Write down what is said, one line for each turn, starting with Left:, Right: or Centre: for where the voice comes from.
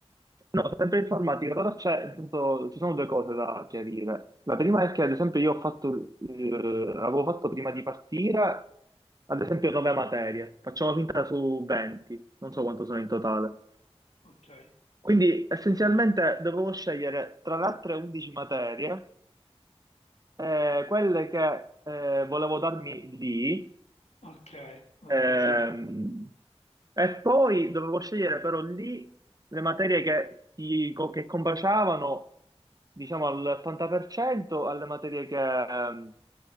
Right: No, sempre informatica, però c'è, appunto, ci sono due cose da chiarire. La prima è che, ad esempio, io ho fatto, eh, avevo fatto prima di partire, ad esempio, nove materie. Facciamo finta su 20, non so quanto sono in totale.
Left: Ok,
Right: Quindi essenzialmente dovevo scegliere tra le altre 11 materie Eh, quelle che eh, volevo darmi lì,
Left: ok, ok,
Right: ehm,
Left: sì.
Right: e poi dovevo scegliere però lì le materie che, si- co- che combaciavano, diciamo, all'80% alle materie che, ehm,